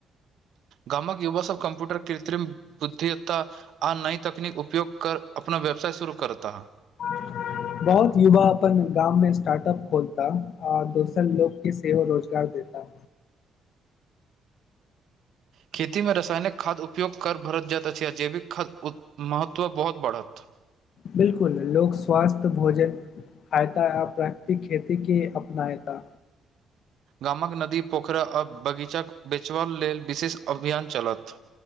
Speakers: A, on the right (about 70°); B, on the left (about 70°).
A: गामक युवा सब कम्प्यूटर कृत्रिम बुद्धित्ता आ नई तकनीक उपयोग कर अपना व्यवसाय शुरू कर तऽ है
B: <unintelligible> बहुत युवा अपन गाम में स्टार्टअप खोलता आ दोसर लोग केँ सेहो रोजगार देता
A: खेतीमे रासायनिक खाद्य उपयोग कर भरत जाइत अछि आ जैविक खाद उत महत्व बहुत बढ़त
B: बिल्कुल लोक स्वास्थ भोजन खायता आ प्राकृतिक खेती केँ अपनायता
A: गाम कऽ नदी पोखरि आ बगीचाक बेचब लेल विशेष अभियान चलत।